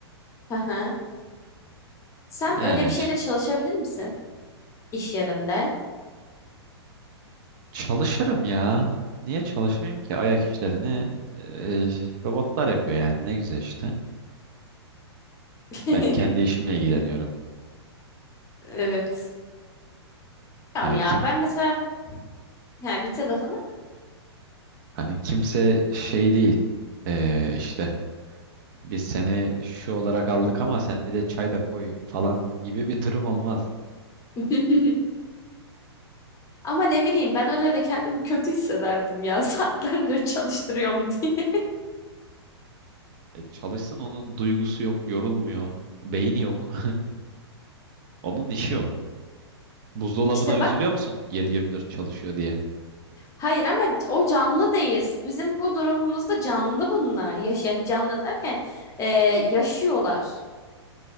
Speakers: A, on the left (about 20°); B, on the right (about 45°).
A: Hı hı. Sen
B: Yani
A: öyle bir şeyle
B: ş-
A: çalışabilir misin iş yerinde?
B: çalışırım ya. Niye çalışmayayım ki? Ayak işlerini e, robotlar yapıyor yani ne güzel işte.
A: <laughs>
B: Ben kendi işimle ilgileniyorum.
A: Evet. Tamam
B: Hani
A: ya
B: kim
A: ben mesela yani bitir lafını.
B: hani kimse şey değil E, işte biz seni şu olarak aldık ama sen bir de çay da koy falan gibi bir durum olmaz.
A: <laughs> Ama ne bileyim ben öyle de kendimi kötü hissederdim ya <laughs> saatlerdir çalıştırıyorum diye.
B: E, çalışsın onun duygusu yok, yorulmuyor, beyni yok. <laughs> Onun işi o. Buzdolabına
A: İşte
B: üzülüyor
A: bak
B: musun 7-24 çalışıyor diye?
A: hayır ama o canlı değil. Bizim bu durumumuzda canlı bunlar. Yaş yani canlı derken e, yaşıyorlar.